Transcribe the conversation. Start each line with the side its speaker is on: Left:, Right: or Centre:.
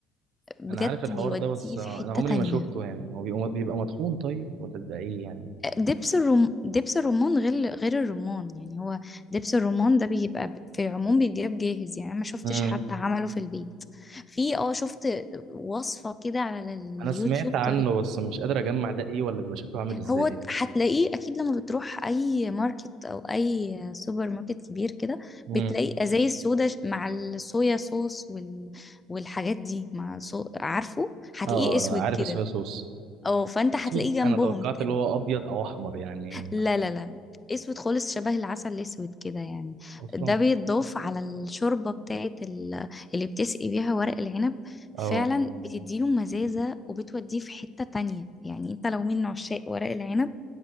Left: بجد
Right: انا عارف الحوار
Left: بيوديه
Right: ده بس انا
Left: في حتة
Right: عمري
Left: تانية
Right: ما شفته يعني هو بيبقى بيبقى مطحون طيب ولا بيبقى ايه يعني
Left: دبس الرم... دبس الرمان غير غير الرمان يعني هو دبس الرمان ده بيبقى ب- في العموم بيتجاب جاهز يعني انا ما شفتش
Right: امم
Left: حد عمله في البيت في اه شفت وصفة كده على اليوتيوب
Right: انا سمعت عنه
Left: طريق
Right: بس مش قادر اجمع ده ايه ولا بيبقى شكله عامل ازاي
Left: هو هتلاقيه اكيد لما بتروح اي ماركت او اي سوبر ماركت كبير كده
Right: امم
Left: بتلاقي ازاي السودا مع الصويا صوص وال... والحاجات دي مع الصو... عارفه هتلاقيه
Right: اه
Left: اسود
Right: اه لا عارف
Left: كده
Right: الصويا صوص
Left: او فانت
Right: أكيد
Left: هتلاقيه
Right: انا
Left: جنبهم
Right: توقعت
Left: كده
Right: اللي هو ابيض او احمر يعني
Left: لا لا لا اسود خالص شبه العسل الاسود كده يعني
Right: اصلا
Left: ده بيتضاف على الشوربه بتاعت ال- اللي بتسقي بيها ورق العنب فعلا
Right: اه
Left: بتديله مزازه وبتوديه في حته تانية يعني انت لو من عشاق ورق العنب